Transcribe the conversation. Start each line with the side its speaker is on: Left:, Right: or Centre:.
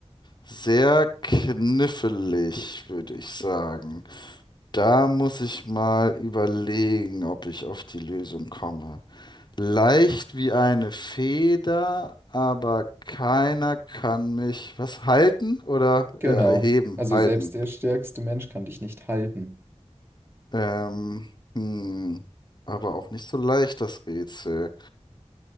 Left: sehr knifflig, würde ich sagen. Da muss ich mal überlegen, ob ich auf die Lösung komme. Leicht wie eine Feder, aber keiner kann mich was halten oder
Right: Genau.
Left: äh, erheben,
Right: Also
Left: halten.
Right: selbst der stärkste Mensch kann dich nicht halten.
Left: Ähm, hm, aber auch nicht so leicht das Rätsel.